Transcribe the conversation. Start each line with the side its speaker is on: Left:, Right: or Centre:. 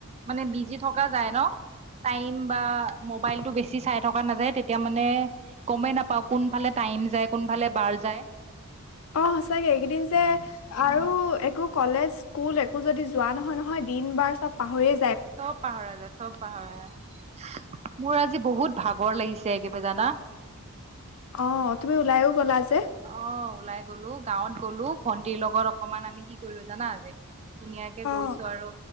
Right: মানে বিজি থকা যায় ন। টাইম বা মোবাইলটো বেছি। বেছি চাই থকা নাযায় তেতিয়া মানে গমেই নাপাও কোনফালে টাইম যায় কোনফালে বাৰ যায়। <inaudible>
Left: অ সচাকে এইকেইদিন যে
Right: উম
Left: আৰু একো। কলেজ স্কুল একো যদি যোৱা নহয় নহয়। দিন বাৰ চব পাহৰি য
Right: চব পাহৰা যায় চব পাহৰা যা মোৰ আজি বহুত <unintelligible> ভাগৰ লাগিছে একেবে জানা <unintelligible>
Left: অ' তুমি ওলাইও গ'লা যে।
Right: অ' ওলাই গ'লো। গাঁৱত গ'লো ভন্টিৰ লগত অকমান আমি কি কৰিলো জানা। আ যে ধুনীয়াকে
Left: অ',
Right: গৈছো আৰু